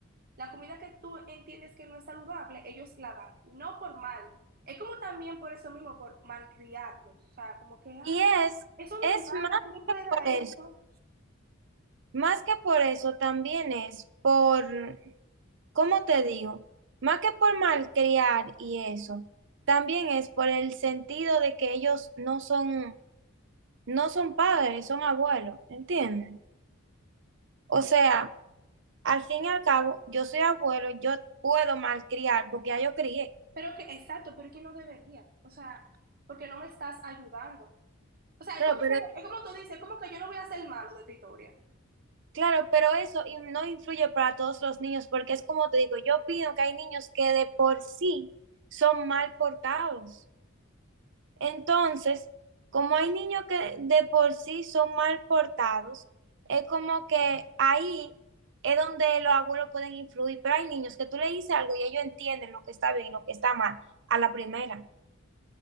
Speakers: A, on the right (about 45°); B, on the right (about 60°).
A: la comida que tú entiendes que no es saludable, ellos la dan, no por mal. Es como también por eso mismo, por malcriarlos, o sea, como que, ah,
B: Y es,
A: eso no
B: es
A: es nada,
B: más
A: tú no puedes dar
B: por eso.
A: eso.
B: Más que por eso, también es por, ¿cómo te digo? Más que por malcriar y eso, también es por el sentido de que ellos no son, no son padres, son abuelos, ¿entiendes? O sea, al fin y al cabo, yo soy abuelo, yo puedo malcriar porque ya yo crié.
A: Pero que, exacto, pero que no debería. O sea, porque no me estás ayudando. O sea,
B: Claro,
A: es como
B: pero,
A: que, es como tú dices, es como que yo no voy a hacer malo de tu historia.
B: claro, pero eso y no influye para todos los niños porque es como te digo, yo opino que hay niños que de por sí son mal portados. Entonces, como hay niños que de por sí son mal portados, es como que ahí es donde los abuelos pueden influir, pero hay niños que tú le dices algo y ellos entienden lo que está bien y lo que está mal a la primera.